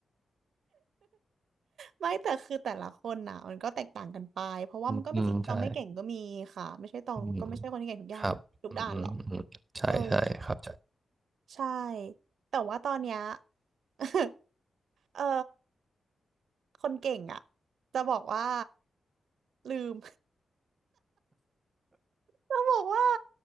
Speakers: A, on the right; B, on the right.
A: ไม่แต่คือแต่ละคนน่ะมันก็แตกต่างกันไปเพราะว่ามันก็เป็นสิ่งที่ตองไม่เก่งก็มีค่ะไม่ใช่ตองก็ไม่ใช่คนที่เก่งทุกด้านทุกด้านหรอก
B: อืมอืมใช่อืมครับอืมอืมอืมใช่ใช่ครับใช่
A: เออใช่แต่ว่าตอนเนี้ย <laughs> เออคนเก่งอ่ะจะบอกว่าลืม <laughs> จะบอกว่า